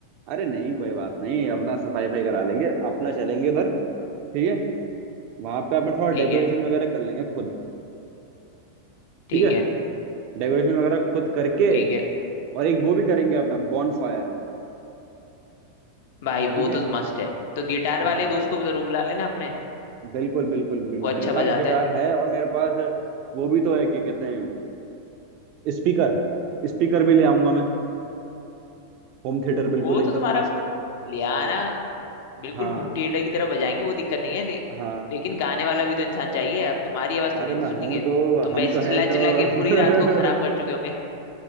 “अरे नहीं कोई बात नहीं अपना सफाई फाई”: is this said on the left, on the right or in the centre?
Right